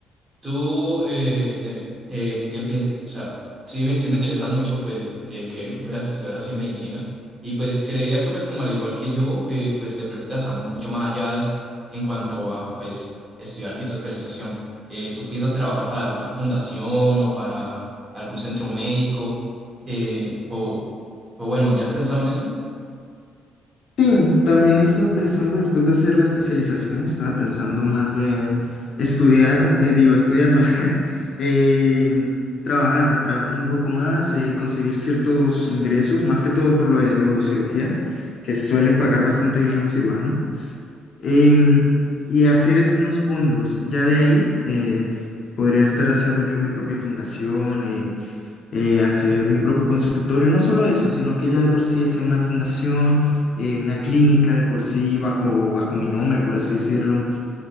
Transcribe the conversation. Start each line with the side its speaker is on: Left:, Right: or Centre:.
Right: tú, eh, te- eh, ¿qué piensas? O sea, sí me, sí me interesa mucho, pues, eh, que veas estudiar así medicina. Y pues creería que, pues, como al igual que yo, eh, pues te proyectas a mucho más allá de- en cuanto a, pues, estudiar tu especialización. Eh, ¿tú piensas trabajar para alguna fundación o para algún centro médico? Eh, o, o bueno, ¿ya has pensado en eso?
Left: Sí, también estaba pensando, después de hacer la especialización, estaba pensando más bien estudiar, eh, digo, estudiar, no, <laughs> eh, trabajar, trabajar un poco más, eh, conseguir ciertos ingresos, más que todo por lo de neurocirugía, que suelen pagar bastante bien a un cirujano. em, y hacer es unos fondos. Ya de ahí eh, podría estar haciendo yo mi propia fundación, eh, eh, hacer mi propio consultorio. No solo eso, sino que ya de por sí hacer una fundación, eh, una clínica de por sí bajo, bajo mi nombre, por así decirlo.